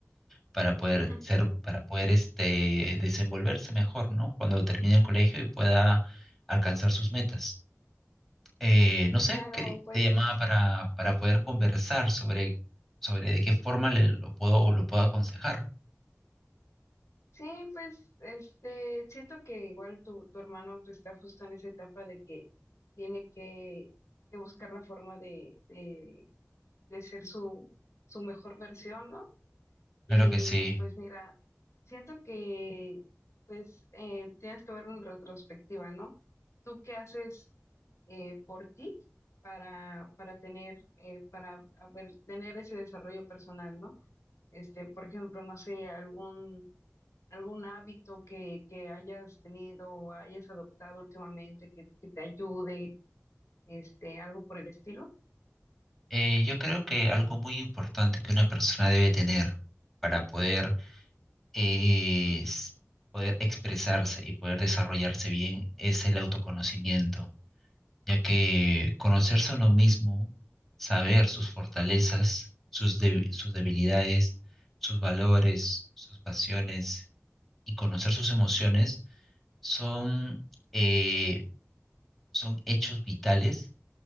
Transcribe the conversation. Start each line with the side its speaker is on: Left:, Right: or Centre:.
Centre: para poder
Left: <laughs>
Centre: ser, para poder este, desenvolverse mejor, ¿no? Cuando termine el colegio y pueda alcanzar sus metas. eh, no sé,
Left: Claro,
Centre: querí-
Left: pues
Centre: te llamaba para, para poder conversar sobre, sobre de qué forma le- lo puedo, lo puedo aconsejar.
Left: sí, pues este, siento que igual tu, tu hermano pues, está justo en esa etapa de que tiene que, que buscar la forma de, de, de ser su, su mejor versión, ¿no? Y
Centre: Claro que sí.
Left: pues mira, siento que pues eh, tienes que ver en retrospectiva, ¿no? ¿Tú qué haces? eh, por ti para, para tener, eh, para haber, tener ese desarrollo personal, ¿no? Este, por ejemplo, no sé, algún, algún hábito que, que hayas tenido o hayas adoptado últimamente que, que te ayude, este, algo por el estilo.
Centre: Eh, yo creo que algo muy importante que una persona debe tener para poder, eh, s- poder expresarse y poder desarrollarse bien es el autoconocimiento, ya que conocerse a uno mismo, saber sus fortalezas, sus, deb- sus debilidades, sus valores, sus pasiones y conocer sus emociones son, eh, son hechos vitales